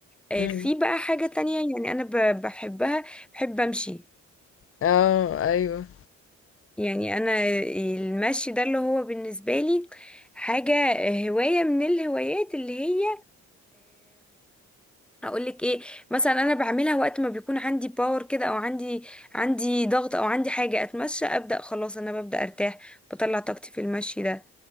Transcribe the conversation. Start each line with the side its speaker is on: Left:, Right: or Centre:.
Centre: آه،
Left: يعني
Centre: في بقى حاجة تانية يعني انا ب... بحبها بحب امشي
Left: اه ايوه
Centre: يعني انا المشي ده اللي هو بالنسبه لي حاجه هوايه من الهوايات اللي هي اقول لك ايه مثلا انا بعملها وقت ما بيكون عندي باور كده او عندي عندي ضغط او عندي حاجه اتمشى ابدا خلاص انا ببدا ارتاح بطلع طاقتي في المشي ده